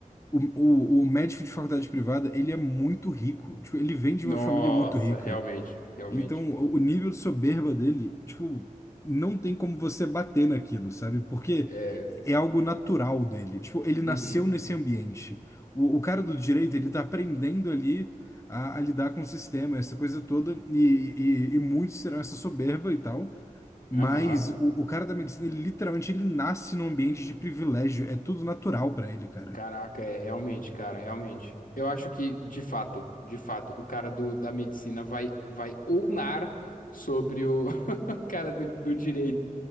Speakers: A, on the left; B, on the left.
A: O, o, o médico de faculdade privada, ele é muito rico. Tipo, ele vem de
B: Nossa,
A: uma família muito rica.
B: realmente, realmente.
A: Então, o o nível de soberba dele, tipo, não tem como você bater naquilo, sabe? Porque
B: É,
A: é algo natural dele. Tipo, ele nasceu
B: uhum,
A: nesse ambiente. O, o cara do direito, ele tá aprendendo ali a, a lidar com o sistema, essa coisa toda, e, e, e muitos terão essa soberba e tal. Mas
B: aham.
A: o, o cara da medicina, ele literalmente ele nasce num ambiente de privilégio. É tudo natural pra ele, cara.
B: Caraca, é realmente, cara, realmente. Eu acho que, de fato, de fato, o cara do, da medicina vai, vai ulnar sobre o <laughs> cara do, do direito.